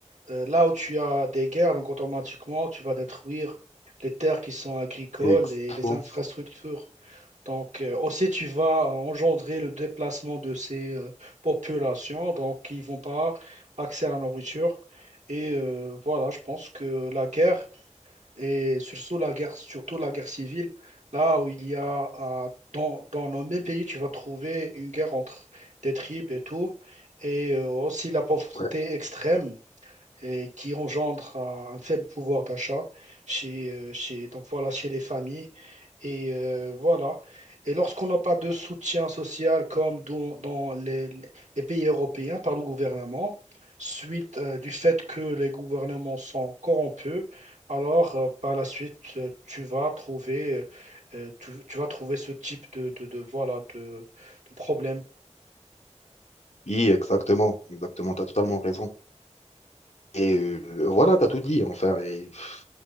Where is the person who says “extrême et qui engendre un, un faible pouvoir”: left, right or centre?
Right